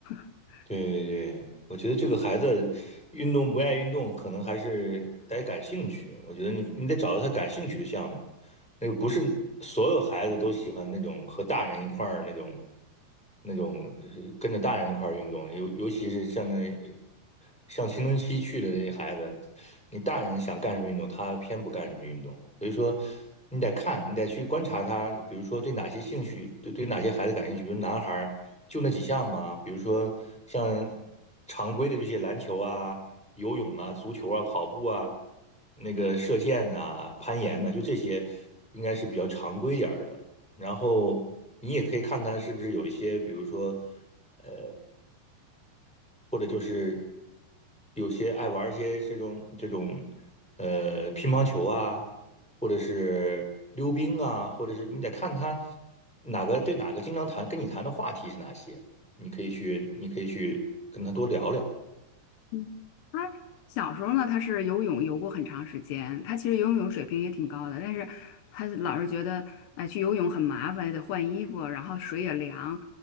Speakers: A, on the left; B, in the centre.
A: <laughs>
B: 对对对，我觉得这个孩子运动不爱运动，可能还是得感兴趣。我觉得你你得找到他感兴趣的项目，那个不是所有孩子都喜欢那种和大人一块儿那种那种就跟着大人一块儿运动，尤尤其是像那像青春期去的那些孩子，你大人想干什么运动，他偏不干什么运动。所以说，你得看，你得去观察他，比如说对哪些兴趣，对对哪些孩子感兴趣，比如男孩儿。就那几项嘛，比如说像常规的这些篮球啊、游泳啊、足球啊、跑步啊、那个射箭呐、攀岩呐、就这些应该是比较常规点儿的。然后你也可以看他是不是有一些，比如说，呃，或者就是有些爱玩儿一些这种这种呃乒乓球啊，或者是溜冰啊，或者是你得看他哪个对哪个经常谈跟你谈的话题是哪些，你可以去你可以去跟他多聊聊。
A: 嗯他小时候呢，他是游泳游过很长时间，他其实游泳水平也挺高的，但是他老是觉得，哎，去游泳很麻烦，得换衣服，然后水也凉，